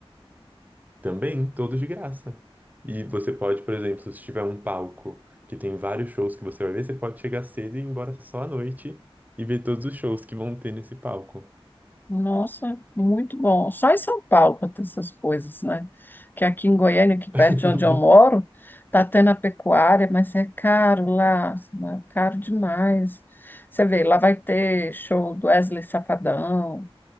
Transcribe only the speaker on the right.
Também, todos de graça. E você pode, por exemplo, se tiver um palco que tem vários shows que você vai ver, você pode chegar cedo e ir embora só à noite e ver todos os shows que vão ter nesse palco.
<laughs>